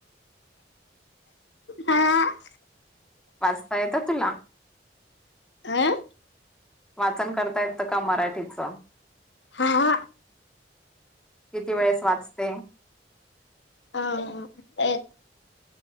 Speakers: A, on the left; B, in the centre.
A: हा.
B: वाचता येतं तुला?
A: आं.
B: वाचन करता येत का मराठीचं?
A: हा हा.
B: किती वेळेस वाचते?
A: हा. <unintelligible>